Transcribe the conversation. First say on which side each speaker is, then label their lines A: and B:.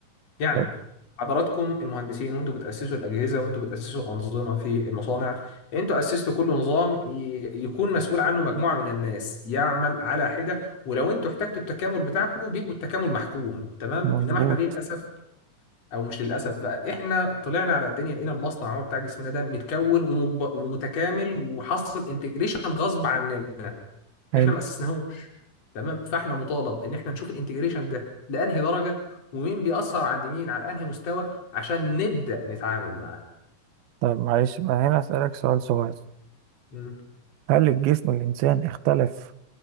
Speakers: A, on the left; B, on the right.
A: يعني
B: لا.
A: حضراتكم المهندسين وانتوا بتأسسوا الأجهزة وانتوا بتأسسوا الأنظمة في المصانع انتوا أسستوا كل نظام ي- يكون مسؤول عنه مجموعة من الناس يعمل على حدة ولو انتوا احتجتوا التكامل بتاعكم بيبقوا التكامل محكوم تمام
B: مظبوط
A: انما احنا ليه للأسف او مش للأسف بقى احنا طلعنا على الدنيا لقينا المصنع هو بتاع جسمنا ده متكون ومجب- ومتكامل وحصل انتجريشن غصب عننا
B: حلو
A: احنا ما اسسناهوش تمام فاحنا مطالب ان احنا نشوف الانتجريشن ده لانهي درجه ومين بيأثر عند مين على انهي مستوى عشان نبدأ نتعامل معاه
B: طب معلش بقى هنا أسألك سؤال صغير
A: مم.
B: هل الجسم الإنسان اختلف